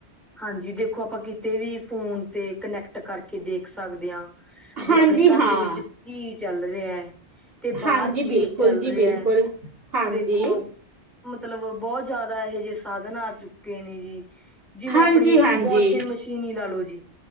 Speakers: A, in the centre; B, on the right.
A: ਹਾਂਜੀ ਦੇਖੋ ਆਪਾਂ ਕਿਤੇ ਵੀ ਫੋਨ ਤੇ ਕਨੈਕਟ ਕਰਕੇ ਦੇਖ ਸਕਦੇ ਆਂ। ਵੀ
B: ਹਾਂਜੀ
A: ਅਪਨੇ ਘਰ
B: ਹਾਂ
A: ਦੇ ਵਿੱਚ ਕੀ ਚੱਲ ਰਿਐ। ਤੇ ਬਾਹਰ
B: ਹਾਂਜੀ
A: ਕੀ
B: ਬਿਲਕੁਲ
A: ਚੱਲ
B: ਜੀ
A: ਰਿਹਾ
B: ਬਿਲਕੁਲ
A: ਐ।
B: ਹਾਂਜੀ
A: ਦੇਖੋ ਮਤਲਬ ਬਹੁਤ ਜ਼ਿਆਦਾ ਇਹੋ ਜਿਹੇ ਸਾਧਨ ਆ ਚੁੱਕੇ ਨੇ ਜੀ। ਜਿਵੇਂ
B: ਹਾਂਜੀ
A: ਆਪਣੀ
B: ਹਾਂਜੀ
A: ਵਾਸ਼ਿੰਗ ਮਸ਼ੀਨ ਹੀ ਲਾ ਲੋ ਜੀ।